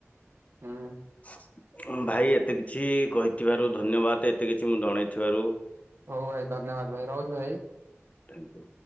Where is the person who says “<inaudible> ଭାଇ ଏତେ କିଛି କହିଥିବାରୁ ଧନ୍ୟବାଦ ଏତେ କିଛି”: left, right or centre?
Left